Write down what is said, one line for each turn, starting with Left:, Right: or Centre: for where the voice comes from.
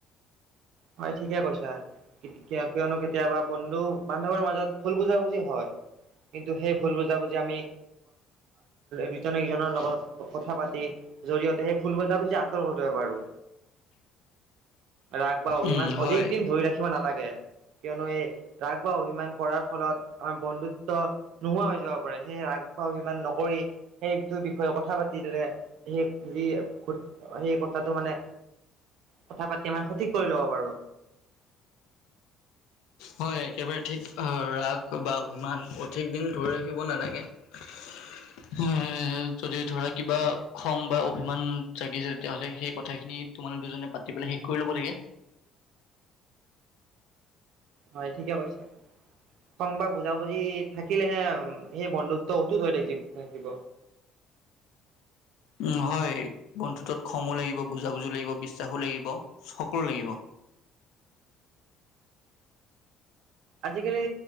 Right: হয় ঠিকে কৈছা। কিয়নো কেতিয়াবা বন্ধু বান্ধৱৰ মাজত ভুল বুজাবুজি হয়। কিন্তু সেই ভুল বুজাবুজি আমি দুজনে ইজনৰ লগত কথা পাতি জৰিয়তে সেই ভুল বুজাবুজি আঁতৰ কৰিব পাৰো। ৰা বা অভিমান
Left: উম
Right: অধিক
Left: হয়
Right: দিন ধৰি ৰাখিব নালাগে। কিয়নো এই ৰাগ বা অভিমান কৰাৰ ফলত আমাৰ বন্ধুত্ব নোহোৱা হৈ যাব পাৰে সেয়ে ৰাগ বা অভিমান নকৰি সেইটো বিষয়ে কথা পাতিলে সেই যি সেই কথাটো মানে কথা পাতি আমাৰ সঠিক কৰি লব পাৰু।
Left: হয় একেবাৰে ঠিক আহ ৰাগ বা অভিমান অধিক দিন ধৰি ৰাখিব নালাগে এ যদি ধৰা কিবা খং বা অভিমান জাগিছে তেতিয়াহলে সেই কথাখিনি তোমালোক দুজনে পাতি পেলাই শেষ কৰি লব লাগে।
Right: হয় ঠিকে কৈছে খং বা বুজাবুজি থাকিলেহে উ সেই বন্ধুত্ব অটুত হৈ থাকিব থাকিব।
Left: উম হয় বন্ধুতত খঙো লাগিব বুজাবুজিও লাগিব বিশ্বাসো লাগিব সকলো লাগিব
Right: আজিকালি